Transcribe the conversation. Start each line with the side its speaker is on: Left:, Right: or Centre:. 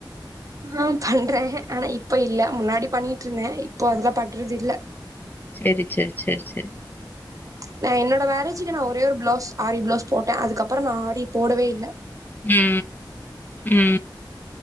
Right: ஆ பண்றே ஆனா இப்ப இல்ல முன்னாடி பண்ணிட்டுயிருந்தே இப்போ அதெல்லா பண்றதுயில்ல
Left: செரி செரி செரி செரி
Right: நா என்னோட மேரேஜுக்கு நா ஒரே ஒரு பிளவுஸ் ஆரி பிளவுஸ் போட்டே அதுக்கப்புறோ நா ஆரி போடவேயில்ல
Left: உ உ